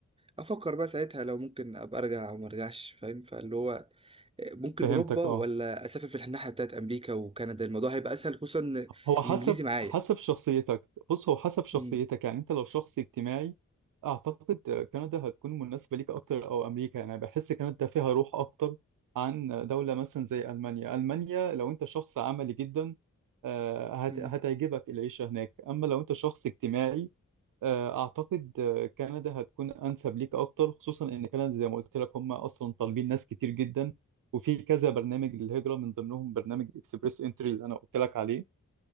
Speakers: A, on the right; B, on the right.
A: افكر بقى ساعتها لو ممكن ابقى ارجع او ما ارجعش فاهم فاللي هو آه، ممكن
B: فهمتك
A: اوروبا
B: اه
A: ولا اسافر في الناحيه بتاعت امريكا وكندا الموضوع هيبقى اسهل خصوصا إن
B: هو حسب
A: الانجليزي معايا
B: حسب شخصيتك بص هو حسب شخصيتك
A: امم
B: يعني انت لو شخص اجتماعي اعتقد كندا هتكون مناسبة ليك اكتر او امريكا يعني أنا بحس كندا فيها روح اكتر عن دولة مثلا زي المانيا المانيا لو انت شخص عملي جدا آه، هت-
A: امم
B: هتعجبك العيشة هناك اما لو انت شخص اجتماعي آه، اعتقد آه، كندا هتكون انسب ليك اكتر خصوصا ان كندا زي ما قلت لك هم اصلا طالبين ناس كتير جدا وفي كذا برنامج للهجرة من ضمنهم برنامج اكسبريس انتري اللي انا قلت لك عليه